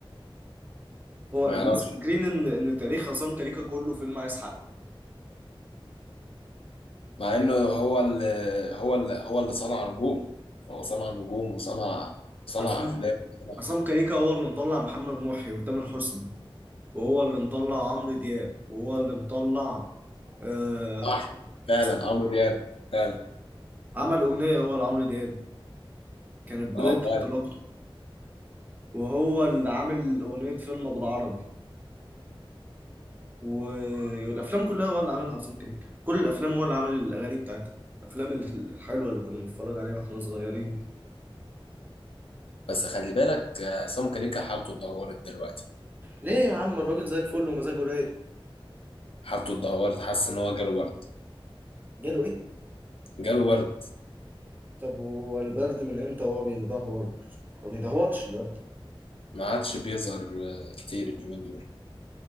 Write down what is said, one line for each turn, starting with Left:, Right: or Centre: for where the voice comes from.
Right: هو
Left: ما
Right: الناس
Left: يعرفش
Right: فاكرين ان ان تاريخ عصام كريكه كله فيلم عايز حق
Left: مع انه هو اللي هو اللي هو اللي صنع نجوم هو صنع نجوم وصنع صنع
Right: عصام
Left: افلام وصنع
Right: عصام كريكه هو اللي مطلع محمد محي وتامر حسني وهو اللي مطلع عمرو دياب وهو اللي مطلع آه...
Left: صح فعلا
Right: اس-
Left: عمرو دياب فعلا
Right: عمل اغنيه هو لعمرو دياب كانت بدايه
Left: اه فعلا
Right: انطلاقته وهو اللي عامل أغنية فيلم بالعربي و... والأفلام كلها هو اللي عاملها عصام كريكة كل الأفلام هو اللي عامل الأغاني بتاعتها الأفلام الحلوة اللي كنا بنتفرج عليها وإحنا صغيرين دي
Left: بس خلي بالك آه، عصام كاريكا حالته اتدهورت دلوقتي
Right: ليه يا عم الراجل زي الفل ومزاجه رايق
Left: حالته اتدهورت حاسس ان هو جاله برد
Right: جاله إيه؟
Left: جاله برد
Right: طب هو البرد من إمتى هو بيدهور؟ ما بيدهورش البرد
Left: ما عادش بيظهر آه، كتير اليومين دول